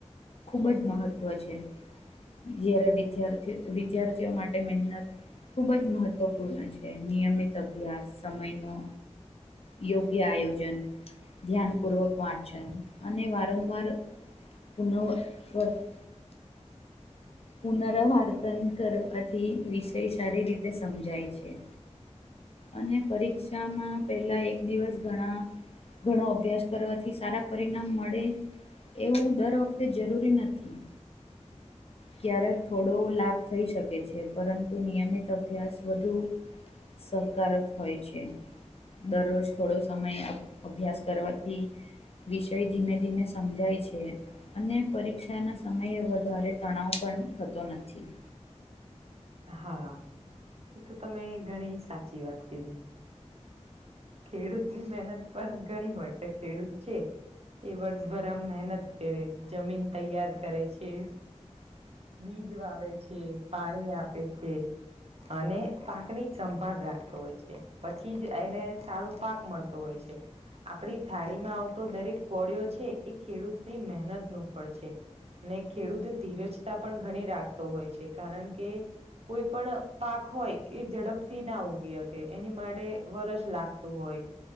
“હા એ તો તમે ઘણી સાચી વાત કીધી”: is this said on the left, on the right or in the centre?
Right